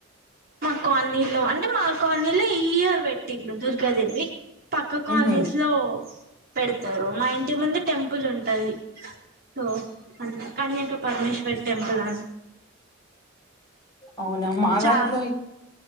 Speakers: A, on the right; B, on the left.
A: మా కాలనీలో అంటే మా కాలనీలో ఈ ఇయర్ పెట్టిండ్రు దుర్గ దేవి పక్క కాలనీస్
B: ఉహు
A: లో పెడతారు మా ఇంటి ముందు టెంపుల్ ఉంటది సో అంట కన్యాక పరమేశ్వరి టెంపుల్ అని
B: అవునా మా
A: చా
B: దాంట్లో